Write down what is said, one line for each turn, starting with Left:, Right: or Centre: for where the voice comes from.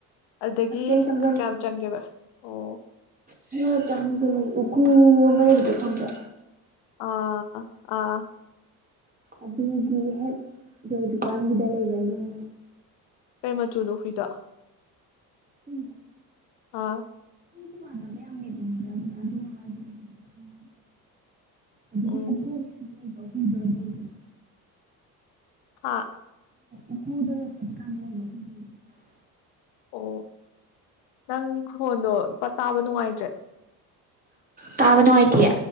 Left: ꯑꯗꯒꯤ
Right: ꯑꯗꯨꯗꯩ ꯆꯪꯖꯜꯂꯦ
Left: ꯈꯔ ꯀꯌꯥꯝ ꯆꯪꯒꯦꯕ ꯑꯣ
Right: ꯈꯔꯥ ꯆꯪꯉꯒ ꯂꯩ ꯎꯀꯨ ꯑꯃ ꯂꯩꯕꯗꯣ ꯈꯪꯕ꯭ꯔꯥ
Left: ꯑꯥ ꯑꯥ
Right: ꯑꯗꯨꯒꯤ ꯍꯦꯛ ꯌꯧꯗ꯭ꯔꯤꯀꯥꯟꯒꯤꯗ ꯂꯩꯕ ꯌꯨꯝ
Left: ꯀꯩ ꯃꯆꯨꯅꯣ ꯍꯨꯏꯗꯣ
Right: ꯍꯨꯏꯔꯣ
Left: ꯑꯥ
Right: ꯍꯨꯏꯗꯤ ꯃꯥꯟꯅꯕ ꯌꯥꯝ ꯂꯩꯕꯅꯤꯗ ꯑꯗꯨꯅ ꯑꯗꯨ ꯍꯥꯏꯔꯁꯨ ꯀꯩꯁꯨ ꯈꯪꯉꯣꯏ ꯑꯗꯨꯗꯤ
Left: ꯎꯝ
Right: ꯎꯀꯨ <unintelligible> ꯂꯩꯕ ꯍꯨꯏꯗꯣ ꯑꯗꯨ ꯑꯣꯏꯗꯨꯏꯕ
Left: ꯍꯥ
Right: ꯎꯈꯨꯗ ꯎꯀꯨꯗꯒ ꯐꯠ ꯀꯥꯟꯅ ꯂꯩꯕ ꯍꯨꯏꯗꯣ ꯑꯣꯏꯗꯣꯏꯅꯤ <unintelligible>
Left: ꯑꯣ ꯅꯪꯒꯤ ꯈꯣꯟꯗꯣ ꯄꯠ ꯇꯥꯕ ꯅꯨꯡꯉꯥꯏꯇ꯭ꯔꯦ
Right: ꯇꯥꯕ ꯅꯨꯡꯉꯥꯏꯇꯤꯌꯦ